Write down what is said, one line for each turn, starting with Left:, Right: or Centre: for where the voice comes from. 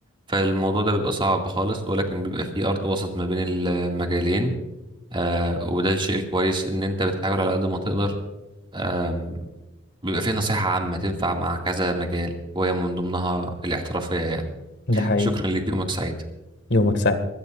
Right: فالموضوع ده بيبقى صعب خالص ولكن بيبقى فيه أرض وسط ما بين المجالين آه وده الشيء الكويس إن أنت بتحاول على قد ما تقدر آم، بيبقى فيه نصيحة عامة تنفع مع كذا مجال وهي من ضمنها الاحترافية يعني
Left: ده حقيقي
Right: شكرا ليك يومك سعيد
Left: يومك سعيد